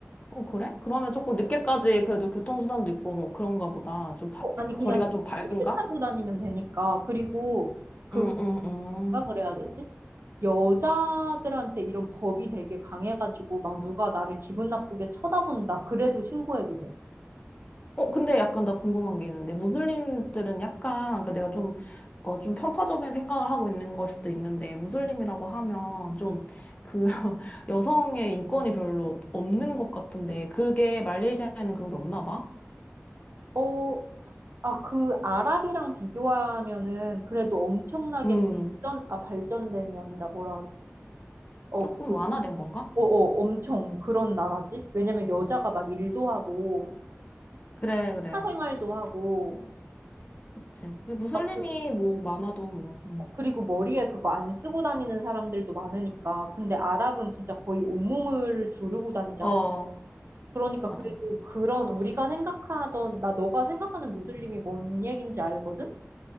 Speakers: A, on the left; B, on the right.
A: 어, 그래? 그러면 조금 늦게까지 그래도 교통수단도 있고 뭐 그런가 보다. 좀 바,
B: 어,
A: 지-
B: 아니
A: 거리가
B: 그냥
A: 좀 밝은가?
B: 택시 타고 다니면 되니까. 그리고 그
A: 응, 응, 응.
B: 뭐라 그래야 되지? 여자들한테 이런 법이 되게 강해가지고 막 누가 나를 기분 나쁘게 쳐다본다. 그래도 신고해도 돼.
A: 어, 근데 약간 나 궁금한 게 있는데, 무슬림들은 약간, 그러니까 내가 좀, 어, 좀 편파적인 생각을 하고 있는 걸 수도 있는데, 무슬림이라고 하면 좀,
B: 응.
A: 그, <laughs> 여성의 인권이 별로 없는 것 같은데, 그게 말레이시아에는 그런 게 없나 봐?
B: 어, 아, 그 아랍이랑 비교하면은 그래도 엄청나게
A: 음,
B: 발전, 아, 발전됨이 아니라 뭐라 하지? 어,
A: 조금
B: 그
A: 완화된 건가?
B: 어, 어, 엄청 그런 나라지. 왜냐면 여자가 막 일도 하고,
A: 그래, 그래.
B: 사생활도 하고,
A: 그치. 근데 무슬림이
B: 막 그,
A: 뭐 많아도 뭐, 음.
B: 어, 그리고 머리에 그거 안 쓰고 다니는 사람들도 많으니까. 근데 아랍은 진짜 거의 온몸을 두르고 다니잖아.
A: 어,
B: 그러니까
A: 맞아.
B: 그래도 그런 우리가 생각하던, 나 너가 생각하는 무슬림이 뭔 얘긴지 알거든?